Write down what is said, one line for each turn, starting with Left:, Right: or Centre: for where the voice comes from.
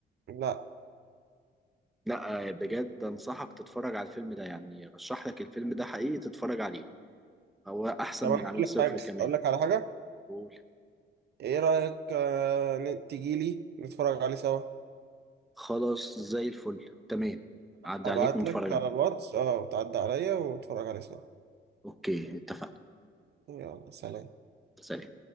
Right: لا
Centre: لا آه، بجد انصحك تتفرج على الفيلم ده يعني ارشح لك الفيلم ده حقيقي تتفرج عليه هو احسن
Right: طب
Centre: من
Right: انا اقول
Centre: عميل
Right: لك
Centre: صفر
Right: حاجه
Centre: كمان
Right: اقول لك على حاجه
Centre: قول
Right: ايه رايك آه ن- تيجي لي نتفرج عليه سوا
Centre: خلاص زي الفل تمام عدى
Right: ابعت
Centre: عليك ونتفرج
Right: لك
Centre: عليه
Right: على الواتس اه وتعدي عليا وتتفرج عليه سوا
Centre: اوكي اتفقنا
Right: يلا سلام
Centre: سلام